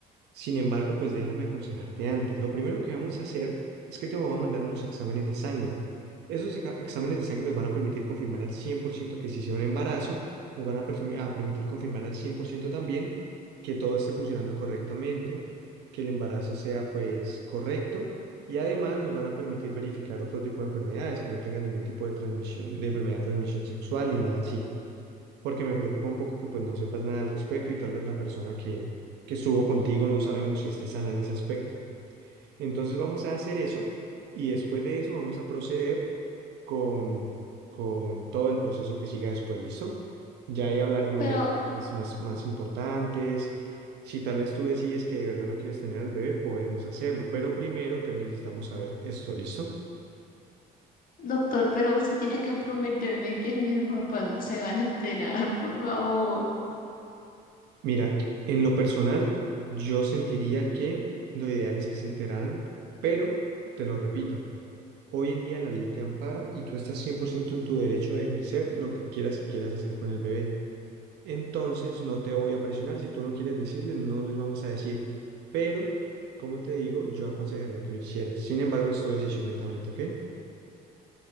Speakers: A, on the right; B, on the left.
A: Sin embargo, pues déjame aconsejarte antes. Lo primero que vamos a hacer es que te voy a mandar unos exámenes de sangre. Esos exa- exámenes de sangre nos van a permitir confirmar al 100% que sí sea un embarazo, nos van a, perfirmi- a permitir confirmar al 100% también que todo esté funcionando correctamente, que el embarazo sea pues correcto y además nos van a permitir verificar otro tipo de enfermedades que no tengan ningún tipo de transmisión, de enfermedad de transmisión sexual ni nada así. Porque me preocupa un poco que pues no sepas nada al respecto y tal vez la persona que, que estuvo contigo no sabemos si esté sana en ese aspecto. Entonces vamos a hacer eso y después de eso vamos a proceder con, con todo el proceso que siga después, ¿listo? Ya ahí hablaremos
B: Pero,
A: de temas más, más importantes. Si tal vez tú decides que de verdad no quieres tener al bebé, podemos hacerlo, pero primero te necesitamos saber esto, ¿listo?
B: doctor, pero usted tiene que prometerme que mis papás se van a enterar, por favor.
A: Mira, en lo personal, yo sentiría que lo ideal es que se enteraran, pero te lo repito, hoy en día la ley te ampara y tú estás 100% en tu derecho de ejercer lo que quieras que quieras hacer con el bebé. entonces no te voy a presionar. Si tú no quieres decirles, no les vamos a decir. Pero, como te digo, yo aconsejaría que lo hicieras. Sin embargo, es tu decisión netamente, ¿ok?